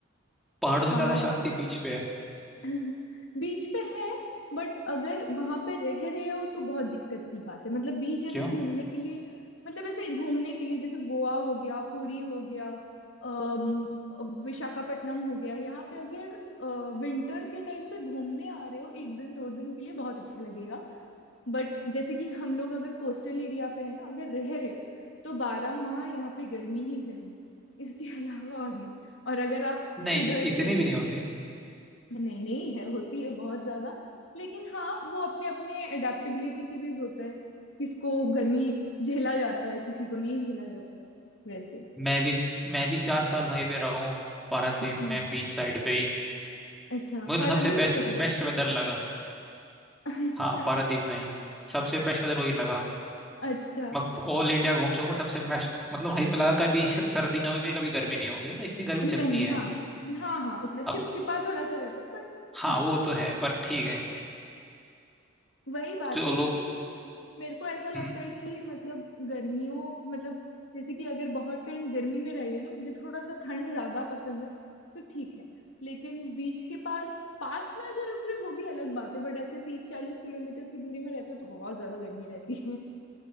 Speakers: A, in the centre; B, on the left (about 70°).
A: पहाड़ों से
B: हाँ
A: ज्यादा शांति बीच पे है
B: <laughs> बीच पे है बट अगर वहां पे रह रहे हो तो बहुत दिक्कत की बात है मतलब बीच ऐसे
A: क्यों
B: घूमने के लिए मतलब ऐसे घूमने के लिए जैसे गोवा हो गया पुरी हो गया अम, विशाखापट्टनम हो गया यहाँ पे अगर विंटर के टाइम पे घूमने आ रहे हो एक दिन दो दिन के लिए बहुत अच्छा लगेगा बट जैसे कि हम लोग अगर कोस्टल एरिया पे है ना अगर रह रहे हो तो बारह माह यहाँ पे गर्मी ही गर्मी इसके <laughs> अलावा और नहीं और अगर आप
A: नहीं
B: उधर से
A: इतनी
B: हो
A: भी नहीं होती
B: नहीं नहीं है होती है बहुत ज्यादा लेकिन हाँ वो अपने अपने अडेप्टेबिलिटी के भी होता है किसको गर्मी झेला जाता है किसी को नहीं झेला जाता वैसे
A: मैं भी मैं भी चार साल वहीं पे रहा हूँ पारादीप
B: अच्छा
A: में बीच साइड पे ही
B: अच्छा
A: मुझे
B: पारादीप
A: तो सबसे बेस्ट
B: की तरफ
A: बेस्ट वेदर लगा
B: <laughs> अच्छा
A: हाँ पारादीप में ही सबसे बेस्ट वेदर वही लगा
B: अच्छा
A: मैं ऑल इंडिया घूम सकूँ सबसे बेस्ट मतलब वहीं पे लगा कभी श- सर्दी नहीं होगी कभी गर्मी नहीं होगी मतलब इतनी गर्मी
B: नहीं
A: चलती है
B: हाँ हाँ हाँ उतना चिपचिपा
A: अब
B: थोड़ा सा रहता है बट ठीक
A: हाँ वो
B: है
A: तो है पर ठीक है
B: वही बात
A: जो
B: है
A: लोग
B: लेकिन मेरे को ऐसा लगता
A: हम्म,
B: है कि मतलब गर्मियों मतलब जैसे कि अगर बहुत टाइम गर्मी में रह गए ना मुझे थोड़ा सा ठंड ज्यादा पसंद है तो ठीक है लेकिन बीच के पास पास में अगर रुक रहे वो भी अलग बात है बट ऐसे तीस चालीस किलोमीटर की दूरी में रहते हो तो बहुत ज्यादा गर्मी रहती है